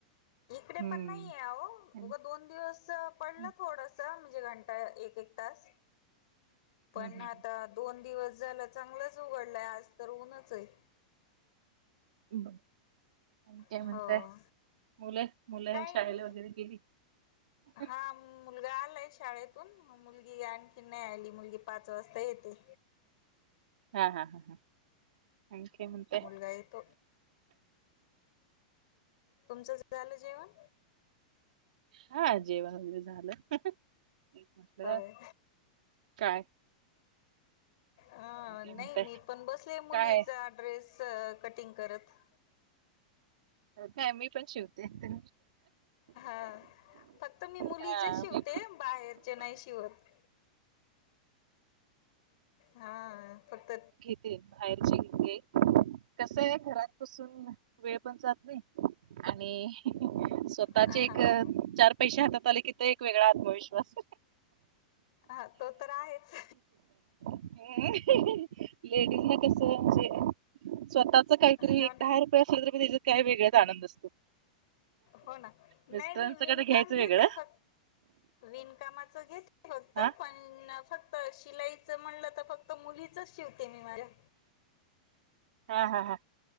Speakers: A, on the left; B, on the right.
A: इकडे
B: हम्म
A: पण नाही आहे.
B: आणि-
A: उगं दोन दिवस पडलं
B: हम्म,
A: थोडस म्हणजे घंटा एक एक तास पण
B: हम्म,
A: आता दोन दिवस झालं चांगलंच उघडलंय आज तर ऊनच आहे.
B: आणि काय
A: हो
B: म्हणतय मुलं मुलं
A: काय
B: शाळेला वगैरे गेली. ह.
A: हा मुलगा आलाय शाळेतून मुलगी आणखी नाही आली मुलगी पाच वाजता येते.
B: हा हा हा हा आणख म्हणते.
A: काय त तुमचंच झालं जेवण
B: हा जेवण वगैरे झालं एक म्हटलं
A: होय
B: काय
A: अ
B: आणि काय म्हणताय
A: नाही मी पण बसले मुलीचा
B: काय
A: ड्रेस कटिंग करत
B: काय मी पण शिवतेव
A: हा फक्त मी मुलीचे
B: हा
A: शिवते
B: मी पण
A: बाहेरचे नाही शिवत हा फक्त
B: बाहेरचे घ कस आहे घरात कसून वेळ पण जात नाही आणि स्वतःचे
A: हा
B: एक
A: हा
B: चार पैसे हातात आले की ते एक वेगळा आत्मविश्वास
A: हा तो तर आहेच
B: हम् लेडीज ना कस म्हणजे स्वतःच काहीतरी
A: हो
B: एकट हर ्र त्याचा काय वेगळ्याच आनंद असतो
A: हो ना नाही
B: मिस्टरांचं
A: नाही विनकाम
B: काय घ्यायचं
A: घेते
B: वेगळं
A: फक् विणकामाच घेत फक्त
B: हा
A: पण फक्त शिलाईच म्हणलं तर फक्त तर मुलीच शिवते मी मला्या
B: हा हा हा